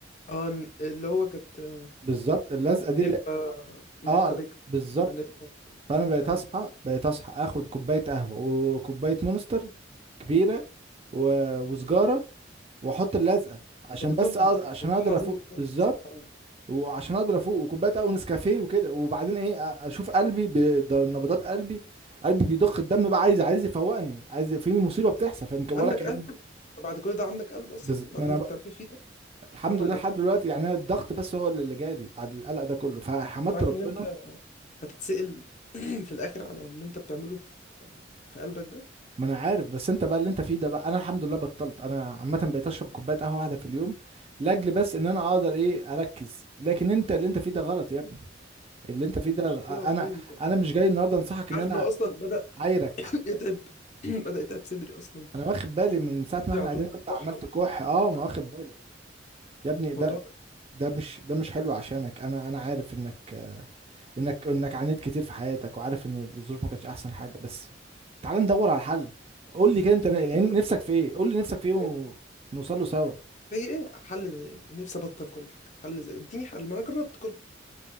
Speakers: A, on the left; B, on the right.
A: اه ن- اللي هو كانت آه،
B: بالظبط اللزقه دي
A: نيركا
B: اللي...
A: نيركا
B: اه
A: بيك
B: بالظبط
A: ولا نيركا
B: فانا بقيت
A: ايوه
B: اصحى بقيت اصحى اخد كوبايه قهوه وكوبايه مونستر كبيره و... وسجاره واحط اللزقه عشان
A: انت بتموت
B: بس أقدر...
A: نفسك
B: عشان
A: والله
B: اقدر
A: العظيم
B: افوق
A: بتموت
B: بالظبط
A: نفسك حرام
B: وعشان اقدر افوق وكوبايه قهوه نسكافيه وكده وبعدين ايه أ- اشوف قلبي ب... ده نبضات قلبي قلبي بيضخ الدم بقى عايز عايز يفوقني عايز في مصيبه بتحصل فاهم ولا
A: عندك
B: كأن
A: قلب انت بعد كل ده عندك قلب اصلا
B: بز...
A: بعدين
B: ما انا
A: انت
B: بقى...
A: بتعمله فيه ده
B: الحمد
A: حرام
B: لله
A: عليك
B: لحد دلوقتي يعني أنا الضغط بس هو اللي اللي جالي بعد القلق ده كله فحمدت
A: انت عارف
B: ربنا
A: ان انت هتتسأل <clears throat> في الاخر على اللي انت بتعمله في في قلبك ده
B: ما انا عارف بس انت بقى اللي انت فيه ده بقى انا الحمد لله بطلت انا عامه بقيت اشرب كوبايه قهوه واحده في اليوم لاجل بس ان انا اقدر ايه اركز لكن انت اللي انت فيه ده غلط يا ابني اللي انت فيه ده
A: مشكله والله
B: انا
A: انت
B: انا مش جاي النهارده انصحك
A: عارف
B: ان انا
A: ان هو اصلا بدأ
B: عايرك
A: <clears throat> يتعب <clears throat> بدأ يتعب صدري اصلا
B: انا واخد بالي من ساعه ما
A: صدري
B: احنا
A: على
B: قاعدين
A: طول
B: وانت عمال
A: كحه
B: تكح اه ما واخد بالي يا ابني ده
A: الموضوع ده
B: ده مش ده مش حلو عشانك انا انا عارف انك انك انك عانيت كتير في حياتك وعارف ان الظروف ما كانتش احسن حاجه بس تعال ندور على الحل قول لي كده انت ن- يعني
A: إيه؟
B: نفسك في ايه قول لي نفسك في ايه
A: زي
B: ونوصل له سوا
A: زي ايه حل زي ايه نفسي ابطل كل حاجه حل زي ايه؟ اديني حل ما انا جربت كله